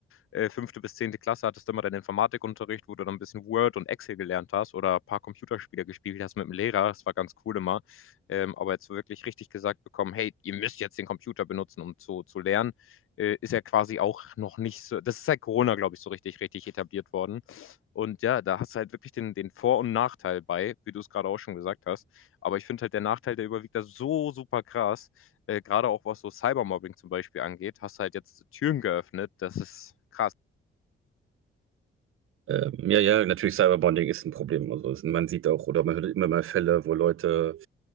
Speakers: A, on the left (about 80°); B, on the right (about 75°).
A: äh, fünfte bis zehnte Klasse, hattest du immer deinen Informatikunterricht, wo du dann ein bisschen Word und Excel gelernt hast oder ein paar Computerspiele gespielt hast mit dem Lehrer. Das war ganz cool immer. Ähm, aber jetzt so wirklich richtig gesagt bekommen, hey, ihr müsst jetzt den Computer benutzen, um zu, zu lernen, äh, ist ja quasi auch noch nicht so, das ist seit Corona, glaube ich, so richtig, richtig etabliert worden. Und ja, da hast du halt wirklich den, den Vor- und Nachteil bei, wie du es gerade auch schon gesagt hast. Aber ich finde halt, der Nachteil, der überwiegt da so super krass, äh, gerade auch was so Cybermobbing zum Beispiel angeht, hast du halt jetzt Türen geöffnet. Das ist krass.
B: Ähm, ja, ja, natürlich Cyberbonding ist ein Problem. Also es, man sieht auch oder man hört immer mal Fälle, wo Leute,